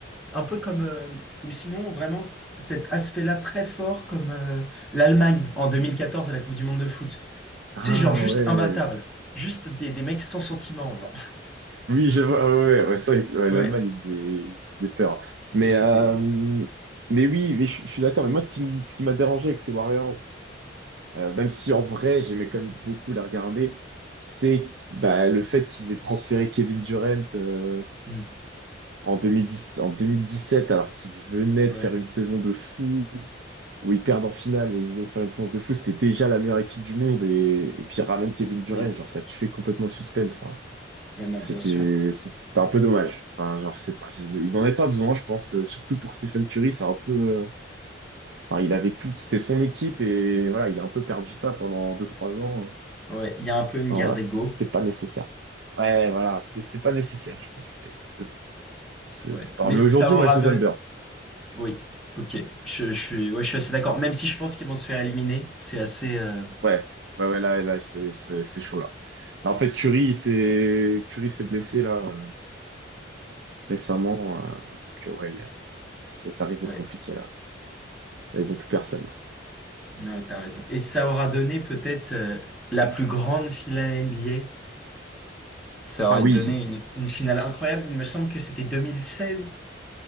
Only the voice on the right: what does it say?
Ah
ouais.
Oui, je vois. Ouais, ouais, ouais, c'est vrai que ouais,
l'Allemagne, il faisait, il faisait peur. Mais,
euh, mais oui, mais je, je suis d'accord. Mais moi, ce qui, m- ce qui m'a dérangé avec ces Warriors, euh, même si en vrai, j'aimais quand même beaucoup la regarder, c'est bah, le fait qu'ils aient transféré Kevin Durant euh,
en 2010, en sept alors qu'il venait
de faire une saison de fou, où ils perdent en finale, mais ils venaient de faire une séance de fou. C'était déjà la meilleure équipe du monde. Et, et puis, ils ramènent Kevin Durant,
genre, ça tuait complètement le suspense. enfin.
C'était,
c'est- c'était un peu dommage. Enfin, genre, je sais pas, ils ils en avaient pas besoin, je pense, euh, surtout pour Stephen Curry, c'est un peu, euh, enfin, il avait tout, c'était son équipe et voilà, il a un peu perdu ça pendant deux trois ans.
Enfin,
voilà,
c'était c'était pas nécessaire. Ouais, voilà, c'était c'était pas nécessaire, je pense. Mais mais bon, c'est
c'est pas
grave. Mais
aujourd'hui,
moi, je
les aime bien.
Ouais, ouais, ouais, là, là, c'est c'est- c'est chaud, là. Là, en fait, Curry, il s'est, Curry s'est blessé, là, euh, récemment. euh, donc, euh, ouais, il y a- ça, ça risque
d'être compliqué, là. Là, ils ont plus personne, là.
Ah
oui.